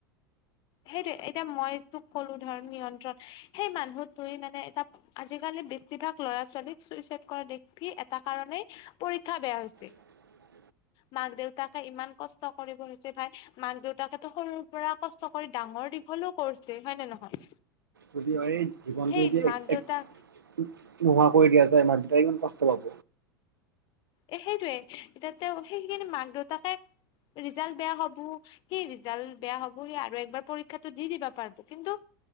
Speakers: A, on the left (about 40°); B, on the right (about 75°).
A: সেইটো, এতিয়া মই তোক ক'লো ধৰ, নিয়ন্ত্ৰণ সেই মানুহটোই মানে এটা আজিকালি বেছিভাগ ল'ৰা-ছোৱালীক চুইচাইদ কৰা দেখি, এটা কাৰনেই, পৰীক্ষা বেয়া হৈছে।
B: <inaudible>
A: মাক-দেউতাকে ইমান কষ্ট কৰি পঢ়াইছে ভাই, মাক-দেউতাকেটো সৰুৰ পৰা কষ্ট কষ্ট কৰি ডাঙৰ-দীঘলও কৰিছে হয়নে, নহয়?
B: যদি হয় জীৱনটো
A: সেই
B: যদি
A: মাক
B: এক,
A: দেউতাক
B: একো নোহোৱা কৰি দিয়া যায়, মা-দেউতাই কিমান কষ্ট পাব?
A: এ, সেইটোৱেই এতিয়া, তেওঁ সেইখিনি মাক-দেউতাকে ৰিজাল্ট বেয়া হ'ব সেই ৰিজাল্ট বেয়া হ'ব, সি আৰু একবাৰ পৰীক্ষাটো দি পাৰব কিন্তু